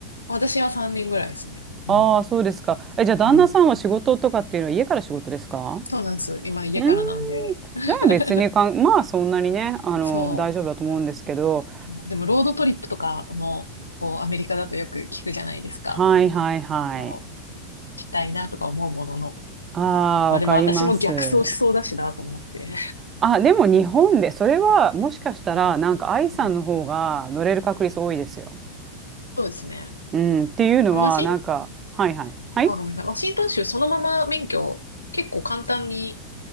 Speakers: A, on the left (about 80°); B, on the right (about 25°).
A: 私は3人ぐらいですね。
B: ああ、
A: うん。
B: そうですか。え、じゃあ、旦那さんは仕事とかっていうのは家から仕事ですか
A: うん。そうなんです。今家からなんで。
B: うーん。
A: <laughs>
B: じゃあ、別にかん、まあ、そんなにね、あの、
A: そ
B: 大丈夫だと思うんですけど。
A: う。でも、ロードトリップとかも、こう、アメリカだとよく聞くじゃないですか。
B: はいはいはい。
A: こしたいなとか思うものの、
B: ああ、
A: まあでも私も逆走しそうだしなと思って。
B: わかります。あ、でも日本で、それはもしかしたら、
A: うん
B: なんか愛さんの方が乗れる確率多いですよ。
A: うんそうですね。
B: うん、っていうのは、
A: ワシン、
B: なんか、はいはい。はい
A: あ、ごめんなさい。ワシントン州そのまま免許結構簡単に